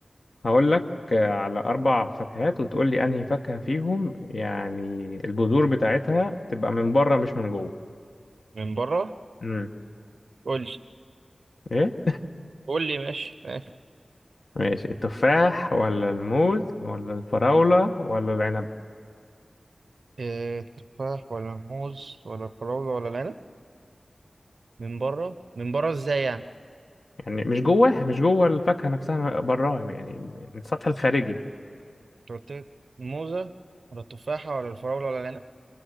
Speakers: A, on the left; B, on the right.
A: هقول لك آه، على أربع فاكهات وتقول لي أنهي فاكهة فيهم يعني البذور بتاعتها تبقى من بره مش من جوه
B: من بره
A: امم
B: قول لي
A: إيه
B: قول لي ماشي ماشي
A: <laughs> ماشي التفاح ولا الموز ولا الفراولة ولا العنب
B: إيه، تفاح ولا موز ولا فراولة ولا العنب من بره من بره ازاي يعني
A: يعني مش جواها مش جوه الفاكهة نفسها براها يعني من السطح الخارجي
B: أنت قلت لي الموزة ولا التفاحة ولا الفراولة ولا العنب